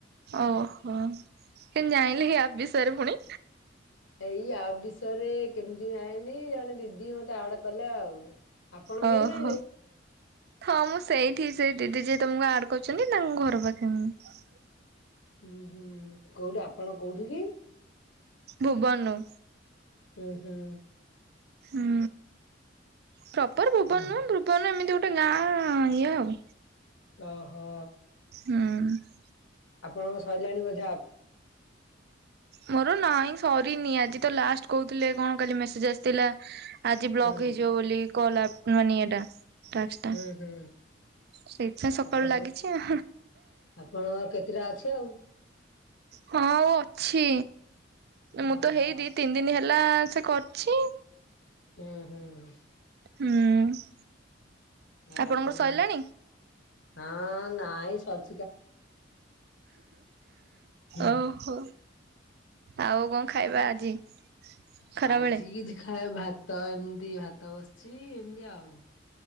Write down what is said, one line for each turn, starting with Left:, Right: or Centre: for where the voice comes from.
Right: ଓହୋ କେମିତି ଜାଣିଲେ ଏ ଆପ୍ ବିଷୟ ରେ ପୁଣି?
Left: ଏଇ ଆପ୍ ବିଷୟରେ କେମିତି ଯାଣିଲି ଜଣେ ଦିଦି ମତେ ଆଡ୍ କଲା ଆଉ। ଆପଣ
Right: ଓହୋ।
Left: କେମିତି ଜାଣିଲେ?
Right: ଥ ମୁଁ ସେଇଠି ସେ ଦିଦି ଯିଏ ତମକୁ ଆଡ୍ କରଚନ୍ତି ତାଙ୍କ ଘର ପାଖେ ମୁଁ।
Left: ହୁଁ ହୁଁ କୋଉଠି ଆପଣ କୋଉଠି କି?
Right: ଭୁବନୁ।
Left: ଉଁ ହୁଁ।
Right: ହୁଁ ପ୍ରପର ଭୁବନ
Left: ଓହୋ
Right: ନୁହଁ ଭୁବନ ଏମିତି ଗୋଟେ ଗାଁ ଇଏ ଆଉ।
Left: ଓହୋ।
Right: ହୁଁ।
Left: ଆପଣଙ୍କ ସରିଲାଣି ବୋଧେ ଆପ
Right: ମୋର ନାଇଁ ସରିନି ଆଜି ତ ଲାଷ୍ଟ କହୁଥିଲେ କଣ କାଲି ମେସେଜ ଆସିଥିଲା? ଆଜି ବ୍ଲକ
Left: ହୁଁ
Right: ହେଇଯିବ ବୋଲି କଲ ଆପ ମାନେ ଏଇଟା। ଟାସ୍କ ଟା
Left: ହୁଁ ହୁଁ
Right: ସେଇଥିପାଇଁ ସକାଳୁ
Left: ଆପଣଙ୍କ
Right: ଲାଗିଛି ଆ
Left: ଆପଣଙ୍କର କେତେଟା ଅଛି ଆଉ?
Right: ହଁ ଆଉ ଅଛି ମୁଁ
Left: ଓହୋ
Right: ତ ହେଇଦି ତିନି ଦିନ ହେଲା ସେ କ ଛି
Left: ହୁଁ ହୁଁ।
Right: ହୁଁ।
Left: ଆଉ
Right: ଆପଣଙ୍କର
Left: କଣ
Right: ସରିଲାଣି
Left: ହଁ ନାଇଁ ସ ହୁଁ।
Right: ଓହୋ। ଆଉ କଣ ଖାଇବା ଆଜି? ଖରାବେଳେ
Left: ଆଜି କିଛି ଖାଏ ଭାତ ଏମିତି ଭାତ ବସିଛି ଏମତି ଆଉ।